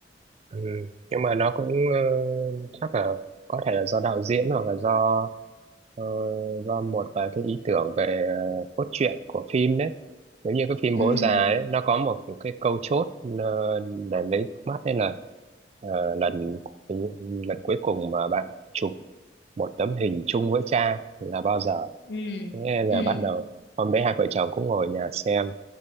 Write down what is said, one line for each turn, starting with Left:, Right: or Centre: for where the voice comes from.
Right: Ừ. Nhưng mà nó cũng ờ, chắc là có thể là do đạo diễn hoặc là do ờ, do một vài cái ý tưởng về ờ, cốt truyện của phim đấy. Giống như cái phim
Left: ừ
Right: Bố Già ấy, nó có một cái câu chốt ờ, để lấy nước mắt nên là ờ, lần lần cuối cùng mà bạn chụp một tấm hình chung với cha là bao giờ?
Left: ừ
Right: Thế nên là
Left: ừ
Right: bắt đầu hôm đấy hai vợ chồng cũng ngồi ở nhà xem